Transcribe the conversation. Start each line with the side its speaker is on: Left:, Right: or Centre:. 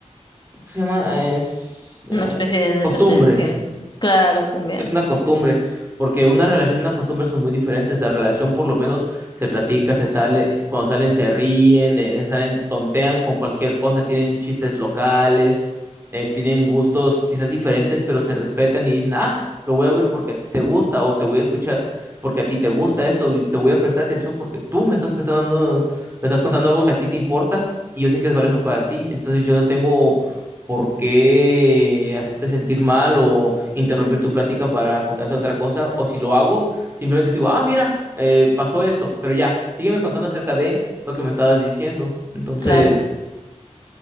Right: se llama? Es
Left: Una
Right: eh,
Left: especie de dependencia.
Right: costumbre.
Left: Claro, también,
Right: Es una costumbre, porque una relación y una costumbre son muy diferentes. La relación por lo menos se platica, se sale, cuando salen se ríen, eh, salen, tontean con cualquier cosa, tienen chistes locales, eh, tienen gustos quizás diferentes, pero se respetan y dicen, ah, lo voy a ver porque te gusta o te voy a escuchar porque a ti te gusta esto y te voy a prestar atención porque tú me estás prestando, me estás contando algo que a ti te importa y yo sé que es valioso para ti, entonces yo no tengo por qué hacerte sentir mal o interrumpir tu plática para contarte otra cosa, o si lo hago, simplemente te digo, ah, mira, eh, pasó esto, pero ya, sígueme contando acerca de lo que me estabas diciendo. Entonces,
Left: claro.